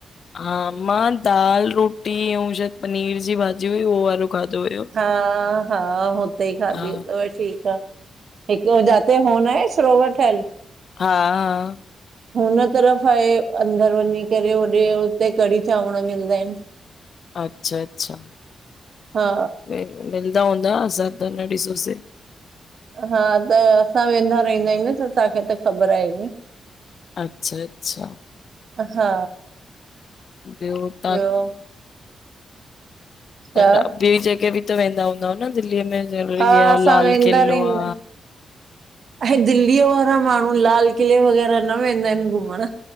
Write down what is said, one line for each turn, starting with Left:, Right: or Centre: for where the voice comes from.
Left: हा मां दाल रोटी अऊं शायद पनीर जी भाॼी हुई उहो वारो। खाधो हुयो
Right: हा हा हुते ई खाधी
Left: हा
Right: <unintelligible> ठीक आ। हिकु जाते हो न आहे सरोवर ठहयल।
Left: हा
Right: हुन तरफ़ आहे अंदर वञी करे होॾे हुते कढ़ी -चांवर मिलदा इन।
Left: अच्छा अच्छा
Right: हा
Left: मिल मिलदा हूंदा असां त न ॾिसोसे।
Right: हा त असां वेंदा रहिंदा आहियूं न त असांखे त ख़बर आहे नी।
Left: अच्छा अच्छा
Right: हा
Left: ॿियो तव्हां
Right: ॿियो। छा
Left: न न ॿी जॻह बि त वेंदा हूंदव न दिल्लीअ में ज़रूरी
Right: हा
Left: <unintelligible>
Right: असां
Left: लाल
Right: वेंदा
Left: किलो
Right: रहंदा
Left: आ।
Right: ऐं दिल्लीअ वारा माण्हू लाल किले वग़ैरह न वेंदा आहिनि घुमण।